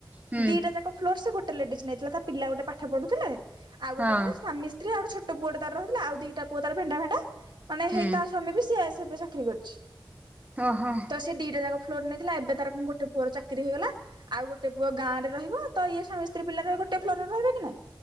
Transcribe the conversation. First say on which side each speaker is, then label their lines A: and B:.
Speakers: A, on the right; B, on the right.
A: ହୁଁ
B: ଦିଟା ଯାକ ଫ୍ଲୋର ସେ ଗୋଟେ ଲେଡିଜ ନେଇଥିଲା ତା ପିଲା ଗୋଟେ ପାଠ ପଢୁଥିଲେ, ଆଉ
A: ହଁ
B: ଗୋଟାକରେ ସ୍ୱାମୀ ସ୍ତ୍ରୀ ଆଉ ଛୋ ଟ ପୁଅ ଟେ ତାର ରହଉଥିଲା ଆଉ ଦିଟା ପୁଅ ତାର ଭେଣ୍ଡା ଭେଣ୍ଡା ମାନେ
A: ହୁଁ
B: ହେଇ ତା ସ୍ୱାମୀ ବି ସି ଆର ସିବ ରେ ଚାକିରି କରିଚି।
A: ଓଁ ହଁ।
B: ତ ସେ ଦିଟା ଯାକ ଫ୍ଲୋର ନେଇଥିଲା ଏବେ ତାର କ ଗୋଟ ପୁଅର ଚାକିରି ହେଇଗଲା ଆଉ ଗୋଟ ପୁଅ ଗାଁରେ ରହିବ ତ ଇଏ ସ୍ୱାମୀ ସ୍ତ୍ରୀ ପିଲା ରହିବ ଗୋଟେ ଫ୍ଲୋର ରେ ରହିବେ କି ନୁ।